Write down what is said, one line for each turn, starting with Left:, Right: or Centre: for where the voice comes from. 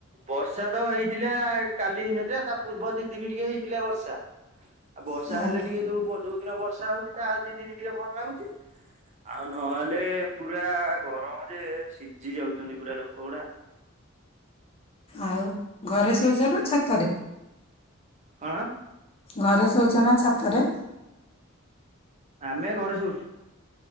Right: ବର୍ଷା ତ ହେଇଥିଲା କାଲି ହେଇନଥିଲା ତା ପୂର୍ବ ଦିଦିନି ଟିକେ ହେଇଥିଲା ବର୍ଷା। ଆଉ ବର୍ଷା
Left: ହଁ
Right: ହେଲେ ଟିକେ ଯୋଉ ଯୋଉ ଦିନ ବର୍ଷା ହଉଛି ତା ଦି ଦିନ ଟିକେ ଭଲ ଲାଗୁଛି ଆଉ ନହେଲେ ପୁରା ଗରମ ଯେ ସିଝି ଯାଉଛନ୍ତି ପୁରା ଲୋକ ଗୁଡା।
Left: ଆଉ ଘରେ ଶଉଛ ନା ଛାତରେ।
Right: କଣ?
Left: ଘରେ ଶୋଛ ନା ଛାତରେ।
Right: ଆମେ ଘରେ ଶଉଛୁ।